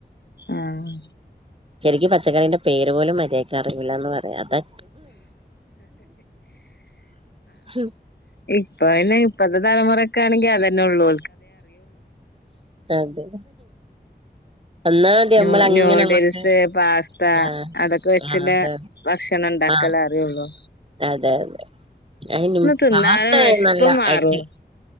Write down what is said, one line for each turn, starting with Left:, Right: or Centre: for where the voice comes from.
Left: ആഹ്
Right: ശെരിക്കും പച്ചക്കറിന്റെ പേര് പോലും മര്യായ്ക്കറിയുല്ലന്ന് പറയാ അത <unintelligible>
Left: ഇപ്പഅന്നെ ഇപ്പത്തെ തലമുറക്കെ ആണെങ്ക അതന്നെള്ളൂ.
Right: അതെ ഒന്നാമത് നമ്മൾ
Left: ന്യൂ
Right: അങ്ങനെ
Left: ന്യൂഡിൽസ്
Right: അങ്ങോട്ട്
Left: പാസ്ത
Right: ആഹ്
Left: അതൊക്കെ വെച്ചില്ല
Right: ആഹ് അതെ
Left: ഭക്ഷണം ഉണ്ടാക്കല
Right: ആഹ്
Left: അറിള്ളൂ.
Right: അതെ അതെ അയ്നും
Left: തിന്നാല്
Right: പാസ്ത
Left: വിശപ്പ്
Right: നല്ല
Left: മാറും
Right: അടി